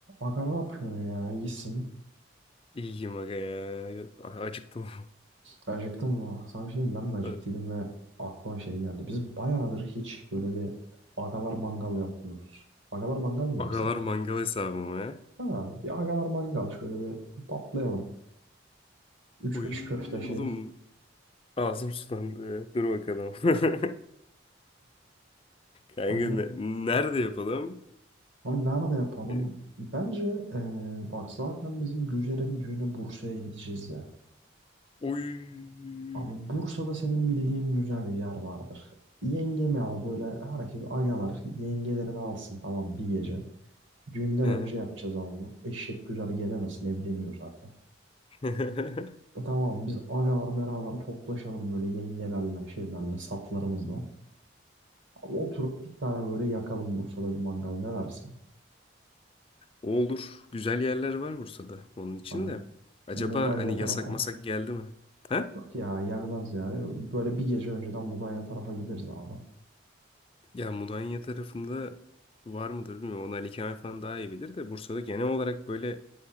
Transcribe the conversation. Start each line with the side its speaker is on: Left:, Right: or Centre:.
Right: Aga ne yapıyorsun ya? İyisin.
Left: İyiyim aga ya. Acıktım.
Right: Acıktım mı? Sana bir şey diyeyim, ben de acıktıydım
Left: <laughs>
Right: ve aklıma şey geldi. Biz bayağıdır hiç böyle bir agalar mangal yapmıyoruz. Agalar mangal mı
Left: Agalar
Right: yapsak?
Left: mangal hesabıma. ha.
Right: Ha, bir agalar mangal şöyle bir patlayalım. Üç
Left: Uy
Right: beş köfte şey.
Left: oğlum ağzım sulandı. ya. Dur bakalım. <laughs> Kanka
Right: Hani
Left: ne- nerede yapalım?
Right: abi nerede yapalım?
Left: E,
Right: Bence ee, bak zaten bizim Güzel'in düğüne Bursa'ya gideceğiz ya.
Left: Uy.
Right: Abi Bursa'da senin bildiğin güzel bir yer vardır. Yengemi al böyle herkes agalar yengelerini alsın tamam bir gece. Düğünden
Left: He.
Right: önce yapacağız ama bunu. Eşek güzel gelemesin evleniyor zaten.
Left: <laughs>
Right: E Tamam biz agalar beraber toplaşalım böyle yengelerle şeylerle saplarımızla. Oturup bir tane böyle yakalım Bursa'da bir mangal ne dersin?
Left: O Olur. Güzel yerler var Bursa'da. Onun için
Right: Hani
Left: de. Acaba
Right: Mudanya
Left: hani
Right: tarafa.
Left: yasak masak geldi mi? Ha?
Right: Yok ya gelmez yani. Böyle bir gece önceden Mudanya tarafa gideriz abi.
Left: Ya Mudanya tarafında var mıdır bilmiyorum. Onu Ali Kemal falan daha iyi bilir de Bursa'da genel olarak böyle